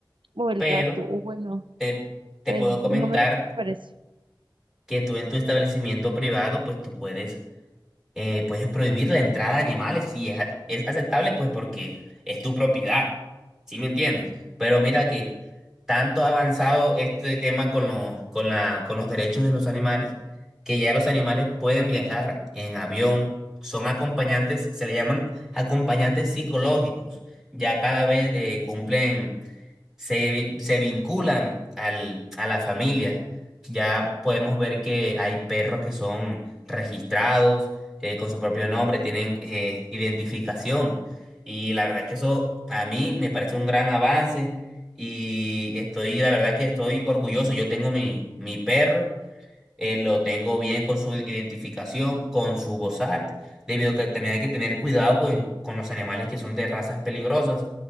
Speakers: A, on the right (about 85°); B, in the centre.
A: o el
B: Pero
A: gato, o bueno,
B: te, te
A: pues
B: puedo
A: no
B: comentar
A: me parece.
B: que tú en tu establecimiento privado, pues tú puedes, eh, puedes prohibir la entrada de animales si es, a- es aceptable, pues porque es tu propiedad, ¿sí me entiendes? Pero mira que tanto ha avanzado este tema con, lo- con, la, con los derechos de los animales, que ya los animales pueden viajar en avión, son acompañantes, se le llaman acompañantes psicológicos, ya cada vez eh, cumplen se, vi- se vinculan al, a la familia. Ya podemos ver que hay perros que son registrados eh, con su propio nombre, tienen eh, identificación. Y la verdad es que eso a mí me parece un gran avance y estoy, la verdad que estoy orgulloso. Yo tengo mi, mi perro eh, lo tengo bien con su identificación, con su bozal, debido a que también hay que tener cuidado pues, con los animales que son de razas peligrosas,